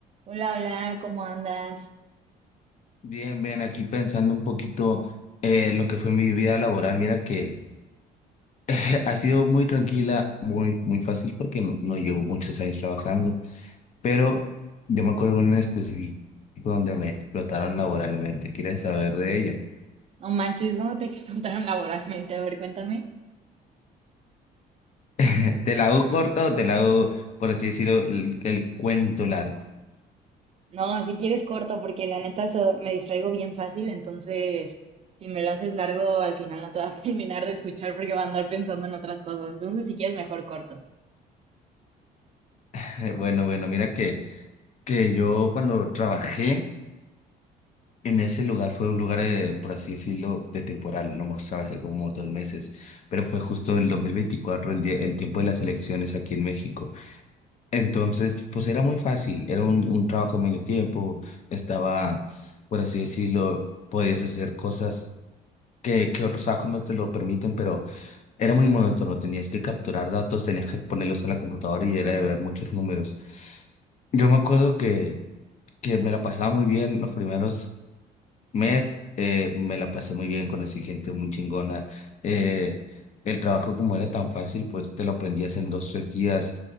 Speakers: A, on the right; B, on the left.
A: Hola, hola, ¿cómo andas?
B: Bien, bien, aquí pensando un poquito eh, lo que fue mi vida laboral. Mira que <laughs> ha sido muy tranquila, muy, muy fácil porque no, no llevo muchos años trabajando, pero yo me acuerdo de un específico donde me explotaron laboralmente. ¿Quieres saber de ella?
A: No manches, ¿cómo te <laughs> explotaron laboralmente? A ver, cuéntame.
B: <laughs> ¿Te la hago corta o te la hago, por así decirlo, el, el cuento largo?
A: No, si quieres corto, porque la neta so- me distraigo bien fácil, entonces si me lo haces largo, al final no te va a <laughs> terminar de escuchar porque va a andar pensando en otras cosas. Entonces, si quieres, mejor corto.
B: <laughs> Bueno, bueno, mira que, que yo cuando trabajé... En ese lugar fue un lugar, eh, por así decirlo, de temporal, no más trabajé como dos meses, pero fue justo el 2024, el día, el tiempo de las elecciones aquí en México. Entonces, pues era muy fácil, era un, un trabajo de medio tiempo, estaba, por así decirlo, podías hacer cosas que, que otros trabajos no te lo permiten, pero era muy monótono, tenías que capturar datos, tenías que ponerlos en la computadora y era de ver muchos números. Yo me acuerdo que, que me la pasaba muy bien los primeros mes, eh, me la pasé muy bien, conocí gente muy chingona. eh, el trabajo como era tan fácil, pues te lo aprendías en dos, tres días.